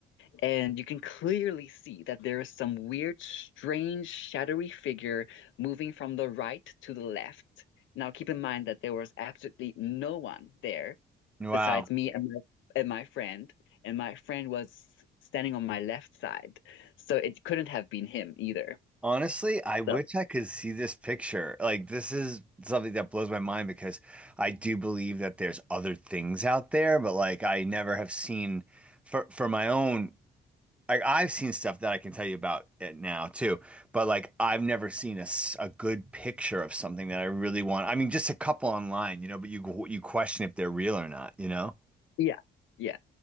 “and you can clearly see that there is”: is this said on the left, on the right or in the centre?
Left